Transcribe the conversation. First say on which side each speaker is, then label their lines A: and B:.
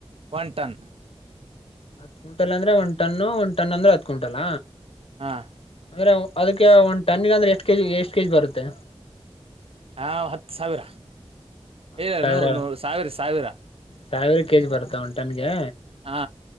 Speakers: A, on the right (about 65°); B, on the left (about 65°).
A: ಒನ್ ಟನ್
B: ಹತ್ ಕ್ವಿಂಟಲ್ ಅಂದ್ರೆ ಒಂದ್ ಟನ್ನು ಒಂದ್ ಟನ್ ಅಂದ್ರೆ ಹತ್ ಕ್ವಿಂಟಲ್?
A: ಹಾ
B: ಅಂದ್ರೆ ಅದಕ್ಕೆ ಒಂದು ಟನ್ಗ ಅಂದ್ರೆ ಎಷ್ಟ್ ಕೆಜಿ ಎಷ್ಟ್ ಕೆಜಿ ಬರುತ್ತೆ?
A: ಹಾ ಹತ್ತು ಸಾವಿರ
B: ಹತ್
A: ಇಲ್ಲ
B: ಸಾವಿರ
A: ನೂ ನೂ ಸಾವಿರ ಸಾವಿರ.
B: ಸಾವಿರ ಕೆಜಿ ಬರುತ್ತ ಒನಟನ್ಗೆ.
A: ಹಾ,